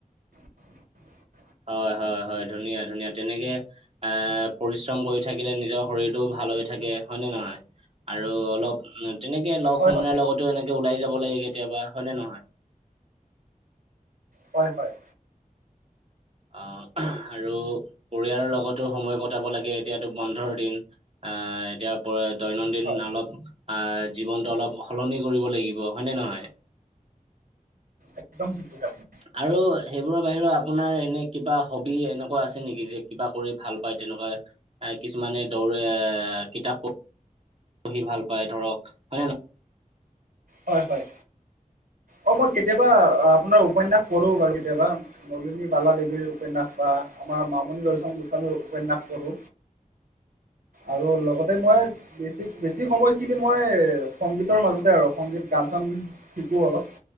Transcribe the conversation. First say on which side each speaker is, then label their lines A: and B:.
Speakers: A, on the right; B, on the right.
A: <inaudible>
B: হয় হয় হয় ধুনীয়া ধুনীয়া তেনেকে এ পৰিশ্ৰম কৰি থাকিলে নিজৰ শৰীৰটোও ভাল হৈ থাকে হয় নে নহহয় আৰু অলপ তেনেকে লগ
A: হয়
B: সমনাৰ
A: হয়
B: লগতো এনেকে ওলাই যাব লাগে কেতিয়াবা হয়নেে নহয়
A: হয় হয়
B: আহ আৰু পৰিয়ালৰ লগতো সময় কটাব লাগে এতিয়াতো বন্ধৰ দিন আহ এতিয়া দৈনন্দিন
A: হয়
B: অলপ আহ জীৱনটো অলপ সলনি কৰিব লাগিব হয়নে নহয়
A: একদম ঠিক আছে আপনি <unintelligible>
B: আৰু সেইবোৰৰ বাহিৰে আপোনাৰ এনে কিবা হবি এনেকুৱা আছে নেকি যে কিবা কৰি ভাল পায় তেনেকুৱা এ কিছুমানে দৌৰে এ কিতাপ পঢ়ি পঢ়ি ভাল পায় ধৰক হয়নে
A: হয় হয় অ মই কেতিয়াবা আপোনাৰ উপন্যাস পঢ়ো বাৰু কেতিয়াবা নলিনী বালা দেৱীৰ উপন্যাস বা আমাৰ মামণি ৰয়চম গোস্বামীৰ উপন্যাস পঢ়ো আৰু লগতে মই বেছি বেছি সময়খিনি মই সংগীতৰ মাজতে আৰু সংগীত গান চান শিকো অলপ